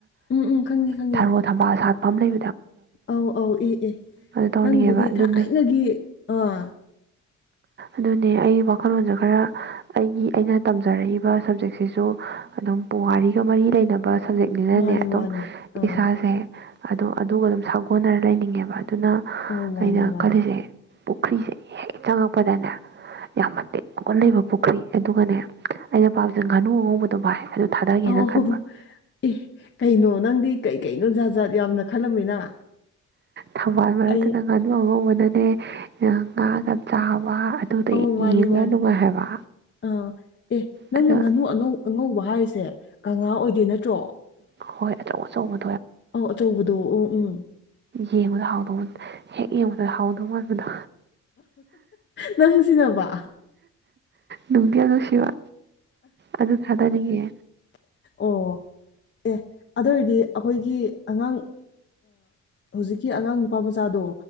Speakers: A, on the left; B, on the right.
A: ꯎꯝ ꯎꯝ ꯈꯪꯉꯦ ꯈꯪꯉꯦ
B: ꯊꯔꯣ ꯊꯝꯕꯥꯜ ꯁꯥꯠ ꯂꯩ
A: ꯑꯧ ꯑꯧ ꯑꯦ ꯑꯦ
B: ꯑꯗꯨ ꯇꯧꯅꯤꯡꯉꯦꯕ
A: ꯅꯪꯗꯨꯗꯤ
B: ꯑꯗꯨꯅ
A: ꯊꯥꯏꯅꯒꯤ ꯑꯥ
B: ꯑꯗꯨꯅꯦ ꯑꯩ ꯋꯥꯈꯜꯂꯣꯟꯁꯨ ꯈꯔ ꯑꯩꯒꯤ ꯑꯩꯅ ꯇꯝꯖꯔꯛꯏꯕ ꯁꯕꯖꯦꯛꯁꯤꯁꯨ ꯑꯗꯨꯝ ꯄꯨꯋꯥꯔꯤꯒ ꯃꯔꯤ ꯂꯩꯅꯕ ꯁꯕꯖꯦꯛꯅꯤꯅꯅꯦ
A: ꯃꯥꯅꯦ
B: ꯑꯗꯨꯝ
A: ꯃꯥꯅꯦ ꯑꯥ
B: ꯏꯁꯥꯁꯦ ꯑꯗꯨ ꯑꯗꯨꯒ ꯑꯗꯨꯝ ꯁꯥꯒꯣꯟꯅꯔ ꯂꯩꯅꯤꯡꯉꯦꯕ ꯑꯗꯨꯅ
A: ꯑꯧ ꯃꯥꯅꯦ
B: ꯑꯩꯅ
A: ꯃꯥꯅꯦ
B: ꯈꯜꯂꯤꯁꯦ ꯄꯨꯈ꯭ꯔꯤꯁꯦ ꯍꯦꯛ ꯆꯪꯉꯛꯄꯗꯅꯦ ꯌꯥꯝ ꯃꯇꯦꯛ ꯀꯨꯅ ꯂꯩꯕ ꯄꯨꯈ꯭ꯔꯤ ꯑꯗꯨꯒꯅꯦ ꯑꯩꯅ ꯄꯥꯝꯁꯦ ꯉꯥꯅꯨ ꯑꯉꯧꯕꯗꯣ ꯚꯥꯏ ꯑꯗꯨ ꯊꯥꯗꯒꯦꯅ
A: ꯑꯧ
B: ꯈꯟꯕ
A: ꯑꯦ ꯀꯩꯅꯣ ꯅꯪꯗꯤ ꯀꯩ ꯀꯩꯅꯣ ꯖꯥꯠ ꯖꯥꯠ ꯌꯥꯝꯅ ꯈꯜꯂꯝꯃꯤꯅ
B: ꯊꯝꯕꯥꯜ ꯃꯔꯛꯇꯨꯗ
A: ꯑꯩ
B: ꯉꯥꯅꯨ ꯑꯃꯧꯕꯅꯅꯦ ꯉꯥꯒ ꯆꯥꯕ ꯋꯥ ꯑꯗꯨꯗ
A: ꯑꯧ ꯃꯥꯅꯦ
B: ꯌꯦꯡꯕ
A: ꯃꯥꯅꯦ
B: ꯌꯥꯝ ꯅꯨꯡꯉꯥꯏ ꯍꯥꯏꯕ
A: ꯑꯥ ꯑꯦ ꯅꯪꯅ
B: ꯑꯗꯨꯅ
A: ꯉꯥꯅꯨ ꯑꯅꯧ ꯑꯉꯧꯕ ꯍꯥꯏꯔꯤꯁꯦ ꯉꯉꯥ ꯑꯣꯏꯗꯣꯏ ꯅꯠꯇ꯭ꯔꯣ
B: ꯍꯣꯏ ꯑꯆꯧ ꯑꯆꯧꯕ
A: ꯑ ꯑꯆꯧꯕꯗꯣ ꯎꯝ ꯎꯝ
B: ꯌꯦꯡꯕꯗ ꯍꯥꯎꯗꯧꯕ ꯍꯦꯛ ꯌꯦꯡꯕꯗ ꯍꯥꯎꯗꯧ ꯃꯥꯟꯕꯗꯣ
A: ꯅꯪꯁꯤꯅꯦꯕ
B: ꯅꯨꯡꯗꯤꯌꯥ ꯅꯨꯡꯁꯤꯕ ꯑꯗꯨ ꯊꯥꯗꯅꯤꯡꯉꯦ
A: ꯑꯣ ꯑꯦ ꯑꯗꯨ ꯑꯣꯏꯔꯗꯤ ꯑꯩꯈꯣꯏꯒꯤ ꯑꯉꯥꯡ ꯍꯧꯖꯤꯛꯀꯤ ꯑꯉꯥꯡ ꯅꯨꯄꯥ ꯃꯆꯥꯗꯣ